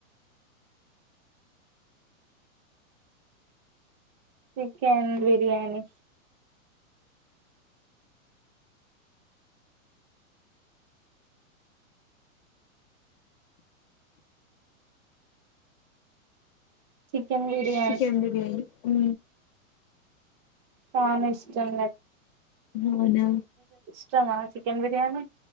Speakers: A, on the right; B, on the left.
A: chicken biryani chicken biryani
B: chicken biryani ఉ
A: తాను ఇష్టంలే
B: అవునా
A: ఇష్టమా చికెన్ బిర్యానీ